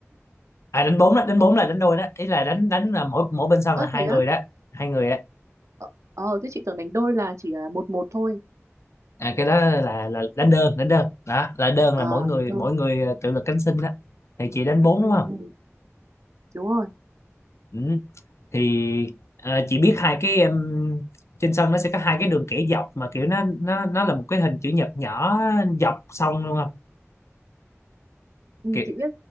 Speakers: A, on the left; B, on the right.
A: à đánh bốn đó đánh bốn là đánh đôi đó ý là đánh đánh là mỗi mỗi bên sân
B: ơ
A: là hai
B: thế
A: người
B: á
A: đó hai người á
B: ờ ờ, thế chị tưởng đánh đôi là chỉ là một một thôi
A: à, cái đó là là đánh đơn đánh đơn đó là đơn
B: ờ
A: là mỗi người
B: đánh đôi
A: mỗi người à, tự lực cánh sinh đó thì chị đánh bốn đúng
B: ừ,
A: không
B: ừ. đúng rồi
A: ừ. thì ờ, chị biết hai cái um, trên sân nó sẽ có hai cái đường kẻ dọc mà kiểu nó nó nó là một cái hình chữ nhật nhỏ dọc sông luôn không
B: ừ,
A: kiểu
B: chị biết